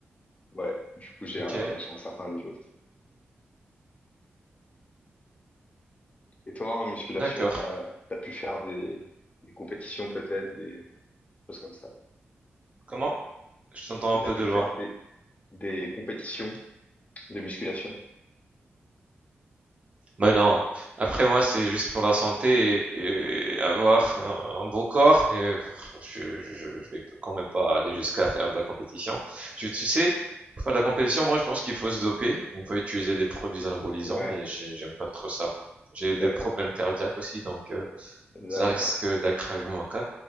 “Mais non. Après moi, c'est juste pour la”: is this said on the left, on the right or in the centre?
Right